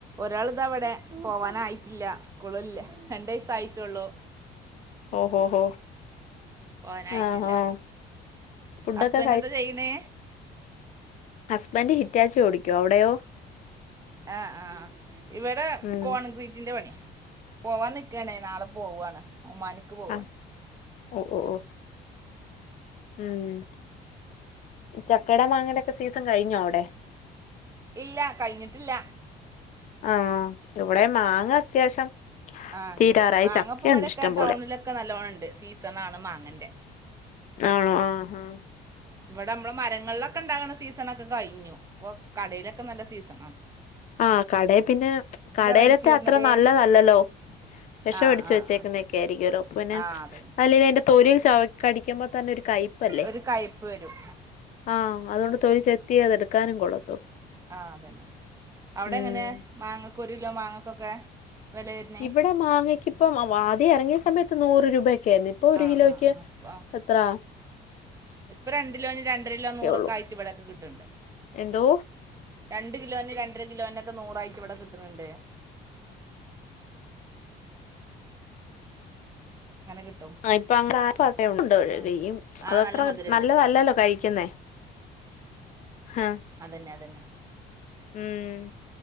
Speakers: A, on the right; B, on the left.
A: ഒരാളിതാവിടെ പോവാനായിട്ടില്ല സ്കൂളില്ല രണ്ട്വയസ്സായിട്ടുള്ളൂ
B: ഓഹോ ഹോ
A: പോവാനായിട്ടില്ല
B: ആഹ് ആഹ് ഫുഡൊക്കെ
A: ഹസ്ബന്റെന്താ ചെയ്യ്ണ്
B: ഹസ്ബന്റ് ഹിറ്റാച്ചി ഓടിക്കുവാ അവിടെയോ
A: ആ ആ ഇവടെ
B: ഉം
A: കോൺക്രീറ്റിന്റെ പണിയാ പോവാൻ നിക്ക് ആണേ നാളെ പോവാണ് ഒമാന്ക്ക് പോവാണ്
B: ആ ഓ ഓ ഓ ഉം ചക്കേടെം മാങ്ങേടെയൊക്കെ സീസൺ കഴിഞ്ഞോ അവിടെ
A: ഇല്ല കഴിഞ്ഞിട്ടില്ല
B: ആ ഇവിടെ മാങ്ങ അത്യാവശ്യം
A: ആ ഇണ്ട്
B: തീരാറായി
A: മാങ്ങ
B: ചക്കയുണ്ട്
A: ഇപ്പം ഇവിടൊക്കെ
B: ഇഷ്ടം പോലെ
A: ടൗണിലൊക്കെ നല്ലോണം ഇണ്ട് സീസൺ ആണ് മാങ്ങേന്റെ
B: ആണോ ആ ആ
A: ഇവിടെ മ്മള് മരങ്ങളിലൊക്കെ ഇണ്ടാകുന്ന സീസണൊക്കെ കഴിഞ്ഞു ഇപ്പൊ കടയിലൊക്കെ നല്ല സീസൺ ആണ്
B: ആ കടേ പിന്നെ കടേലത്തെ
A: റേറ്റ് വരുന്നത്
B: അത്ര നല്ലതല്ലല്ലോ വെഷം
A: ആഹ്
B: അടിച്ച്
A: ആഹ്
B: വെച്ചേക്കു
A: ആഹ്
B: ക്കെ ആയിരിക്കുവല്ലോ അപ്പൊ പിന്നെ
A: ആഹ് അതന്നെ
B: അല്ലെലും അയിന്റെ തൊലി ചവ കടിക്കുമ്പോ തന്നെ ഒരു കൈപ്പല്ലേ
A: ഒരു കയ്പ്പ് വരും
B: ആ അതുകൊണ്ട് തൊലി ചെത്തിയേ അതെടുക്കാനും കൊള്ളൂ
A: ആ അതന്നെ അവിടെ
B: ഉം
A: എങ്ങനെയാ മാങ്ങക്ക് ഒരു കിലോ മാങ്ങക്കൊക്കെ വില വരുന്നേ
B: ഇവിടെ മാങ്ങക്കിപ്പം ആ ആദ്യം എറങ്ങിയ സമയത്ത് നൂറ് രൂപയ ക്കെ ആരുന്നു ഇപ്പൊ ഒരു
A: ആഹ്
B: കിലോയ്ക്ക്
A: ആഹ് ആഹ് അപ്പ ആഹ്
B: എത്രാ
A: ഇപ്പൊ രണ്ടിലോനും രണ്ടരിലോ നൂറൊക്കെ
B: ഉള്ളൂ
A: ആയിട്ട് ഇവിടൊക്കെ കിട്ടണുണ്ട്
B: എന്തോ
A: രണ്ടു കിലോന് രണ്ടര കിലോന്റെ ക്കെ നൂറായിട്ട് ഇവിടെ കിട്ടുന്നുണ്ട് കിട്ടും
B: ആ ഇപ്പം അങ്ങെ ആണ്ട്ഴുകയും
A: ആഹ്
B: <unintelligible>
A: ആഹ്
B: അതത്ര
A: നല്ല മധുരണ്ട്
B: നല്ലതല്ലല്ലോ കഴിക്കുന്നേ ആ
A: അതന്നെ അതന്നെ
B: ഉം